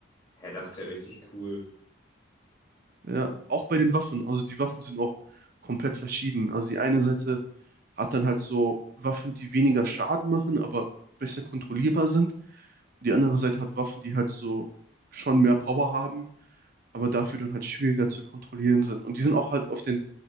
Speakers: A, on the left; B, on the right.
A: Hä, das ist ja richtig cool.
B: Ja, auch bei den Waffen. Also die Waffen sind auch komplett verschieden. Also die eine Seite hat dann halt so Waffen, die weniger Schaden machen, aber besser kontrollierbar sind. Und die andere Seite hat Waffen, die halt so schon mehr Power haben, aber dafür dann halt schwieriger zu kontrollieren sind. Und die sind auch halt auf den